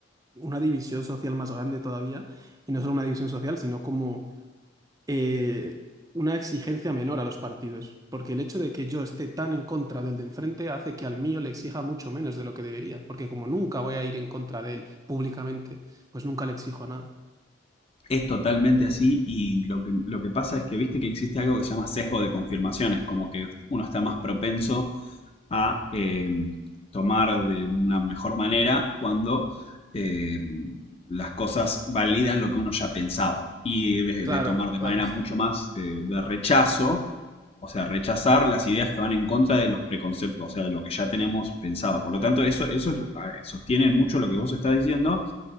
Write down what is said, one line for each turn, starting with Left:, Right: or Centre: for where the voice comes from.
Right: una división social más grande todavía, y no solo una división social, sino como eh, una exigencia menor a los partidos, porque el hecho de que yo esté tan en contra del de enfrente hace que al mío le exija mucho menos de lo que debería, porque como nunca voy a ir en contra de él públicamente, pues nunca le exijo nada.
Left: Es totalmente así y lo que, lo que pasa es que viste que existe algo que se llama sesgo de confirmaciones, como que uno está más propenso a eh, tomar de una mejor manera cuando eh, las cosas validan lo que uno ya pensaba y de,
Right: Claro,
Left: de tomar de
Right: claro.
Left: manera mucho más eh, de rechazo, o sea, rechazar las ideas que van en contra de los preconceptos, o sea, de lo que ya tenemos pensado. Por lo tanto, eso, eso eh, sostiene mucho lo que vos estás diciendo